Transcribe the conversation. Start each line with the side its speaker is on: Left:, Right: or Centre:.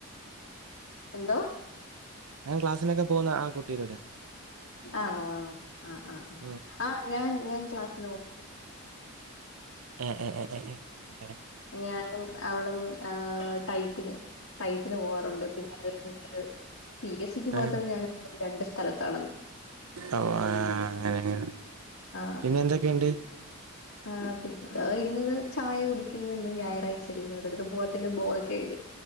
Left: എന്തോ
Right: ഞാൻ ക്ലാസിനൊക്കെ പോകുന്ന ആ കുട്ടിടെ
Left: ആണോ ആണോ ആ ആ ആ
Right: ഉം
Left: ആ ഞാൻ ഞാൻ ക്ലാസ്
Right: ഏഹ് ഏഹ് ഏഹ് ഏഹ് ഏഹ് അങ്ങനെ
Left: ഞാനും അവളും ആ ടൈപ്പിന് ടൈപ്പിന് പോവാറുണ്ട് പിന്നെ അതെപ്പോലത്തെ പി എസിക്ക് മാത്രം
Right: ഏഹ്
Left: ഞാനിപ്പം രണ്ട് സ്ഥലത്താണെന്ന്
Right: ഓ ആ അങ്ങനെങ്ങെനെ
Left: ആ
Right: പിന്നെ എന്തൊക്കെയുണ്ട്
Left: ആ പി ഇന്ന് ചായ കുടിക്കുന്ന് ഇന്ന് ഞായറാഴ്ച ഒരിടുത്തും പോവാത്തിന്റെ ബോറക്കെ ഉണ്ട്